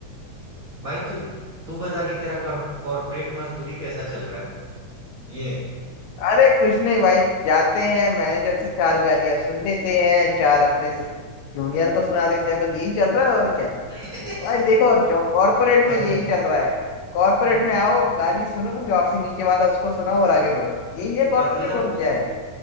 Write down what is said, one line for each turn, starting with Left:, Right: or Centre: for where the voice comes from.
Right: भाई तू तू बता कि तेरा कॉर्पोरेट मजदूरी कैसा चल रहा है ये
Left: अरे कुछ नहीं भाई जाते हैं मैनेजर से चार गालियां सुन लेते हैं चार अपने जूनियर को सुना देते हैं बस यही चल रहा है और क्या
Right: <laughs>
Left: भाई देखो जो कॉर्पोरेट में
Right: भाई
Left: यही चल रहा है कॉर्पोरेट
Right: मत-
Left: में आओ गाली सुनो जो आपसे नीचे वाला उसको सुनाओ और आगे बढ़ो यही है कॉर्पोरेट
Right: मतलब
Left: और क्या है